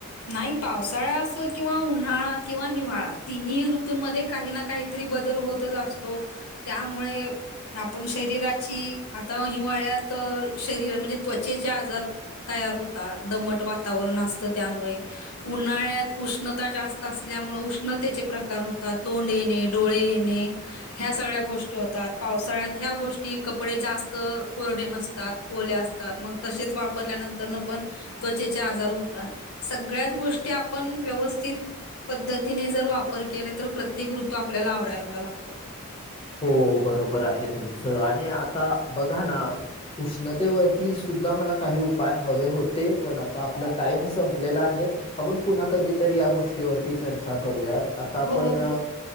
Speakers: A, on the left; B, on the left.
A: नाही पावसाळा असो किंवा उन्हाळा किंवा हिवाळा तिन्ही ऋतूंमध्ये काही ना काही बदल होतच असतो त्यामुळे आपण शरीराची आता हिवाळ्यात शरीर म्हणजे त्वचेचे आजार तयार होतात दमट वातावरण असतं त्यामुळे उन्हाळ्यात उष्णता जास्त असल्यामुळे उष्णतेचे प्रकार होतात तोंड येणे डोळे येणे ह्या सगळ्या गोष्टी त पावसाळ्यात ह्या गोष्टी कपडे जास्त कोरडे नसतात ओले असतात मग तसेच वापरल्यानंतर पण त्वचेचे आजार हो सगळ्याच गोष्टी आपण व्यवस्थित पद्धतीने जर वापर केला तर प्रत्येक ऋतू आपल्याला आवडायला लागतो
B: हो बरोबर आहे तुमचं आणि आता बघा ना उष्णतेवरती सुद्धा मला काही उपाय हवे होते पण आता आपला टाइम संपलेला आहे आपण पुन्हा कधीतरी या गोष्टीवरती चर्चा करूयात आता आपण
A: हो, हो.